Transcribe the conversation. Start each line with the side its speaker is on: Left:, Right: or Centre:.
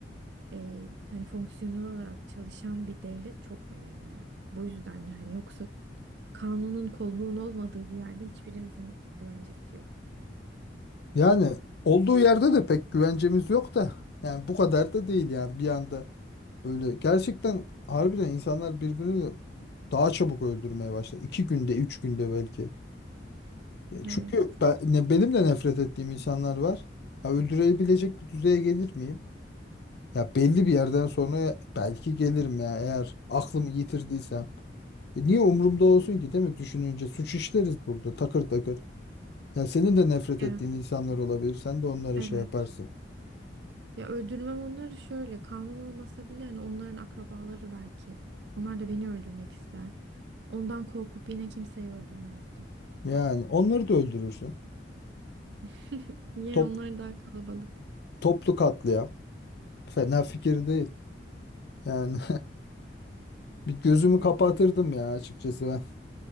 Right: e, hani fonksiyonel olarak çalışan bir devlet çok önemli. Bu yüzden yani yoksa kanunun kolluğun olmadığı bir yerde hiçbirimizin güvencesi yok.
Left: Yani olduğu yerde de pek güvencemiz yok da yani bu kadar da değil yani bir anda böyle gerçekten harbiden insanlar birbirini daha çabuk öldürmeye başlar. İki günde, üç günde belki. E,
Right: Evet,
Left: Çünkü
Right: katılıyorum.
Left: ben, ne, benim de nefret ettiğim insanlar var. Ya öldürebilecek bir düzeye gelir miyim? Ya belli bir yerden sonra belki gelirim ya eğer aklımı yitirdiysem. E niye umurumda olsun ki değil mi? Düşününce suç işleriz burada takır takır. Ya senin de nefret ettiğin
Right: Evet.
Left: insanlar olabilir. Sen de onlara
Right: Evet.
Left: şey yaparsın.
Right: Ya öldürmem onları şöyle kanun olmasa bile hani onların akrabaları belki. Onlar da beni öldürmek ister. Ondan korkup yine kimseyi öldürmezdim.
Left: Yani onları da öldürürsün.
Right: <laughs> Niye
Left: Top,
Right: onlar daha kalabalık
Left: toplu katliam. Fena fikir değil. Yani <laughs> bir gözümü
Right: bilemiyorum.
Left: kapatırdım ya açıkçası ben.